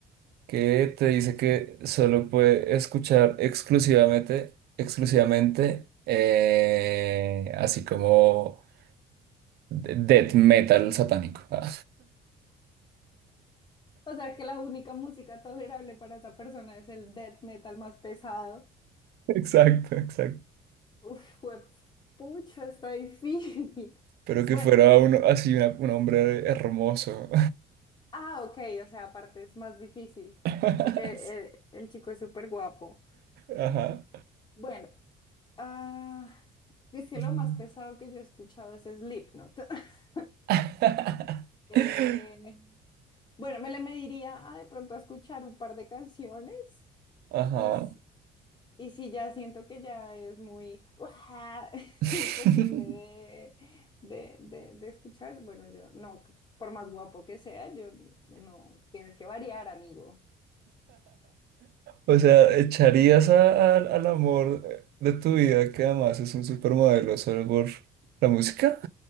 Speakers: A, on the right; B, on the left.
A: que te dice que solo puede escuchar exclusivamente, exclusivamente, eh, así como de- death metal satánico. Ah,
B: O sea que la única música tolerable para esa persona es el death metal más pesado.
A: <laughs> Exacto, exacto.
B: Uf, pucho, está difícil. <laughs>
A: Pero que
B: Bueno,
A: fuera uno así, una- un hombre hermoso.
B: ah, ok, o sea, aparte es más difícil
A: <laughs>
B: porque eh, el chico es súper guapo.
A: Ajá.
B: Bueno, Ah, es que
A: Mm.
B: lo más pesado que yo he escuchado es Slipknot. <laughs>
A: <laughs>
B: Eh, bueno, me le mediría a de pronto a escuchar un par de canciones
A: Ajá.
B: y, s- y si ya siento que ya es muy ¡guau! <laughs>
A: <laughs>
B: imposible de, de, de- de escuchar, bueno, yo no, por más guapo que sea, yo n- no, tienes que variar, amigo.
A: O sea, echarías a- a- al amor de tu vida, que además es un supermodelo, solo por la música.